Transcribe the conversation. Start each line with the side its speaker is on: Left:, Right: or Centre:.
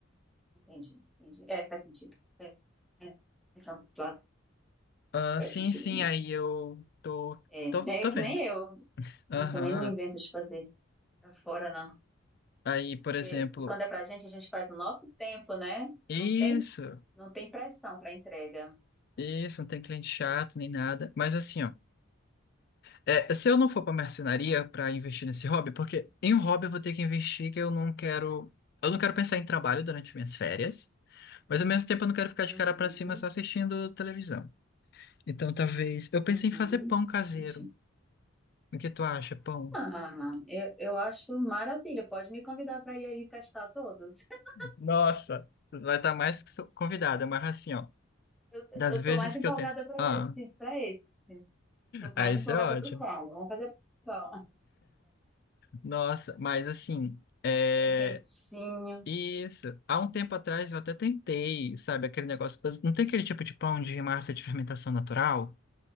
Centre: Entendi, entendi. É, faz sentido. É, é, pensando por lado,
Left: Ah,
Centre: faz
Left: sim,
Centre: sentido
Left: sim,
Centre: mesmo.
Left: aí eu tô,
Centre: É,
Left: tô,
Centre: né,
Left: tô
Centre: é que
Left: vendo.
Centre: nem eu.
Left: Aham.
Centre: Eu também não invento de fazer pra fora, não.
Left: Aí, por exemplo,
Centre: Porque quando é pra gente, a gente faz no nosso tempo, né?
Left: isso,
Centre: Não tem, não tem pressão pra entrega.
Left: isso, não tem cliente chato nem nada. Mas assim, ó. É, se eu não for pra marcenaria pra investir nesse hobby, porque em um hobby eu vou ter que investir que eu não quero. Eu não quero pensar em trabalho durante minhas férias, mas ao mesmo tempo eu não quero ficar
Centre: Uhum,
Left: de cara pra cima só assistindo televisão. Então talvez. Eu pensei
Centre: uhum.
Left: em fazer pão caseiro.
Centre: Entendi.
Left: O que tu acha, pão?
Centre: Ah, eu, eu acho maravilha. Pode me convidar para ir aí testar todos. <laughs>
Left: Nossa, tu vai estar mais que so- convidada, mas assim, ó.
Centre: Eu,
Left: Das
Centre: eu
Left: vezes
Centre: tô mais empolgada
Left: que eu tento.
Centre: para
Left: Ah,
Centre: esse, para esse. Tô mais
Left: ah, isso
Centre: empolgada
Left: é ótimo.
Centre: pro pão. Vamos fazer pão.
Left: Nossa, mas assim. é,
Centre: Bem quentinho.
Left: Isso. Há um tempo atrás eu até tentei, sabe, aquele negócio. Não tem aquele tipo de pão de massa de fermentação natural?